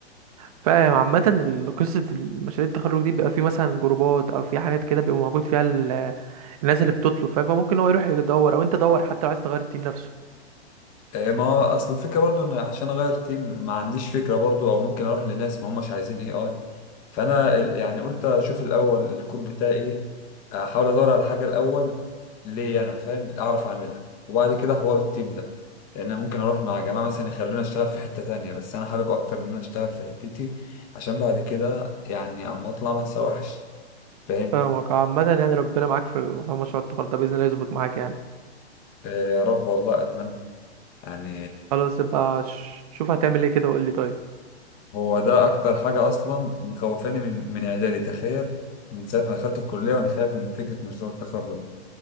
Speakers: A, on the right; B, on the left.
A: فاهم عامة ال- قصة المشاريع التخرج دي بيبقى في مثلا جروبات او في حاجات كده بيبقى موجود فيها الناس اللي بتطلب فاهم فممكن هو يروح يدور او انت دور حتى لو عايز تغير التيم نفسه
B: آه، ما هو اصل الفكره برضو ان عشان اغير تيم ما عنديش فكره برضو او ممكن اروح لناس ما هماش عايزين اي اي فانا ال- يعني قلت اشوف الاول الكور بتاعي ايه احاول ادور على حاجه الاول ليه انا فاهم اعرف اعملها وبعد كده حوار التيم ده لان أنا ممكن اروح مع جماعه مثلا يخلوني اشتغل في حته تانية بس انا حابب اكتر ان انا اشتغل في حتتي عشان بعد كده يعني اما اطلع ما تسوحش فاهم
A: فاهمك عامة يعني ربنا معاك في الم- في مشروع التخرج ده بإذن الله يظبط معاك يعني
B: آه، يا رب والله اتمنى يعني
A: خلاص يبقى ش- شوف هتعمل ايه كده وقول لي طيب
B: هو ده اكتر حاجه اصلا مخوفاني من من اعدادي تخيل من ساعه ما دخلت الكليه وانا خايف من فكره مشروع التخرج